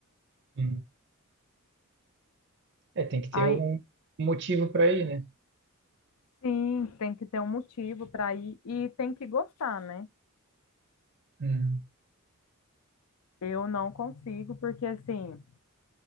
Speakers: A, on the right (about 50°); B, on the left (about 75°).
A: Uhum. É, tem que ter
B: Aí,
A: um motivo para ir, né?
B: sim, tem que ter um motivo para ir e tem que gostar, né?
A: Uhum.
B: Eu não consigo, porque assim,